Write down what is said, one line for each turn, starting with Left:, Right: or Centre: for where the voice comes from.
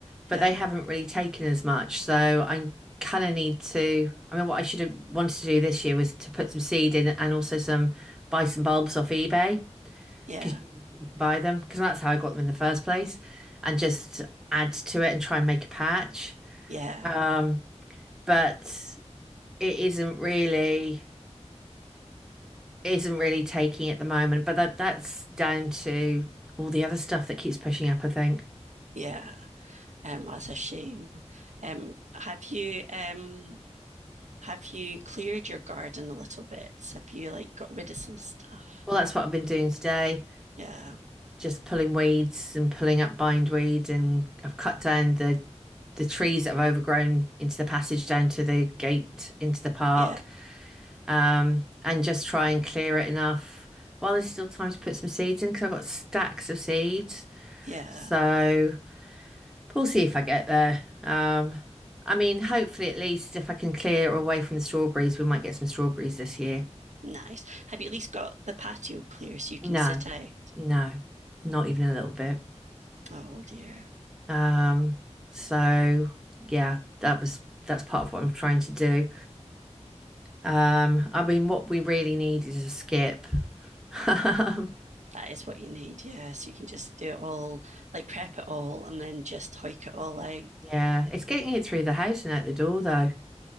Centre: but
Right: Yeah,
Centre: they haven't really taken as much. So I kind of need to. I mean, what I should have wanted to do this year was to put some seed in and also some buy some bulbs off eBay
Right: yeah,
Centre: because you can buy them because that's how I got them in the first place, and just add to it and try and make a patch.
Right: yeah,
Centre: Um, but it isn't really isn't really taking at the moment, but that that's down to all the other stuff that keeps pushing up, I think.
Right: yeah. Um, that's a shame. Um, have you um have you cleared your garden a little bit? Have you like got rid of some stuff?
Centre: Well, that's what I've been doing today,
Right: Yeah,
Centre: just pulling weeds and pulling up bindweed, and I've cut down the the trees that have overgrown into the passage down to the gate into the park,
Right: yeah,
Centre: um, and just try and clear it enough while there's still time to put some seeds in because I've got stacks of seeds.
Right: yeah.
Centre: So We'll see if I get there. Um, I mean, hopefully, at least if I can clear away from the strawberries, we might get some strawberries this year.
Right: Nice. Have you at least got the patio clear so you
Centre: No,
Right: can sit out?
Centre: no, not even a little bit.
Right: Oh dear.
Centre: Um, so yeah, that was that's part of what I'm trying to do. Um, I mean, what we really need is a skip. <laughs> Um,
Right: That is what you need, yeah. So you can just do it all, like prep it all and then just hike it all out.
Centre: yeah, it's getting it through the house and out the door though.